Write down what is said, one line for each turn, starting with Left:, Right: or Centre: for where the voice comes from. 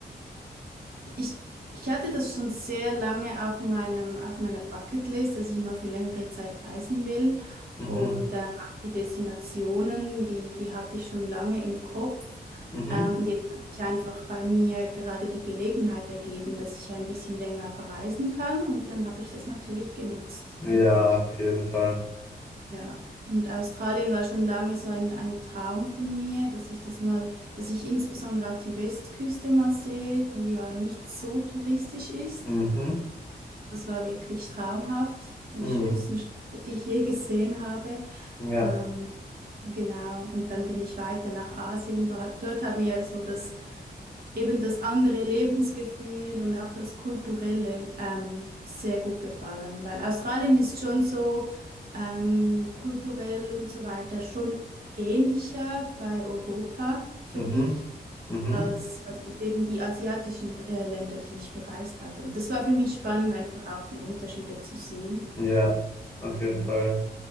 Right: Ich, ich hatte das schon sehr lange auf meinem, auf meiner Bucketlist, dass ich mal für längere Zeit reisen will.
Left: Mhm.
Right: Und ähm, auch die Destinationen, die, die hatte ich schon lange im Kopf.
Left: Mhm.
Right: Ähm, und jetzt hat sich einfach bei mir gerade die Gelegenheit ergeben, dass ich ein bisschen länger verreisen kann. Und dann habe ich das natürlich genutzt.
Left: Ja,
Right: Genau.
Left: auf jeden Fall.
Right: Ja, und Australien war schon lange so ein, ein Traum von mir, dass ich das mal, dass ich insbesondere auch die Westküste mal sehe, die ja nicht so touristisch ist.
Left: Mhm.
Right: Das war wirklich traumhaft, die
Left: Mhm.
Right: schönsten, Städte, die ich je gesehen habe.
Left: Ja.
Right: Ähm, genau, und dann bin ich weiter nach Asien. Dort, dort hat mir so das eben das andere Lebensgefühl und auch das Kulturelle ähm, sehr gut gefallen, weil Australien ist schon so ähm, kulturell und so weiter schon ähnlicher bei Europa für
Left: Mhm.
Right: mich
Left: Mhm.
Right: als, als jetzt eben die asiatischen äh, Länder, die ich bereist habe. Das war für mich spannend, einfach auch die Unterschiede zu sehen.
Left: Ja, auf jeden
Right: Ja.
Left: Fall.